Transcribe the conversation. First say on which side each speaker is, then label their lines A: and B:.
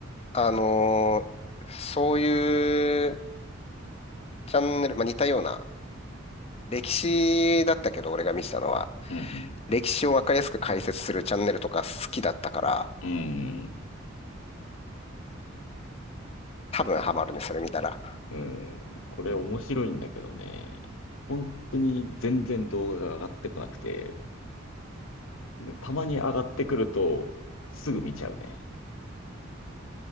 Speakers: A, on the left; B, on the left.
A: あのーそういうチャンネル、まあ、似たような、歴史だったけど、俺が見てたのは、
B: うん。
A: 歴史をわかりやすく解説するチャンネルとか好きだったから、
B: うん。
A: 多分ハマるね、
B: でもね、
A: それ見たら。
B: うん。これ面白いんだけどね、本当に全然動画が上がってこなくて、でたまに上がってくると、すぐ見ちゃうね。